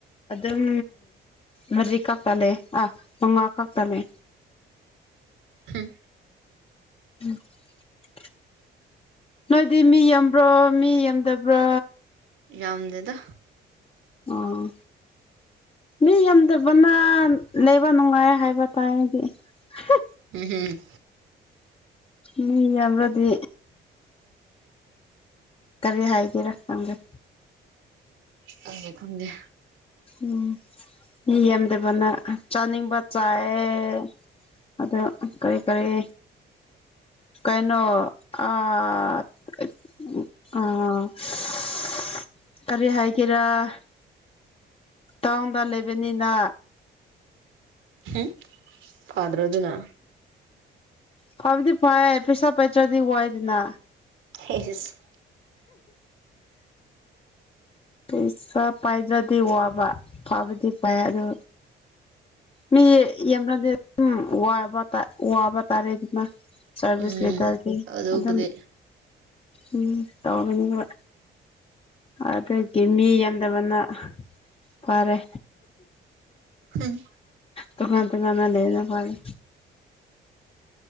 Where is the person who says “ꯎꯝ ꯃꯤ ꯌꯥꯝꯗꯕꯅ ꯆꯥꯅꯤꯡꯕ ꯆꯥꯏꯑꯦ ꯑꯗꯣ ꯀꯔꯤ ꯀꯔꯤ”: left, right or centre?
Left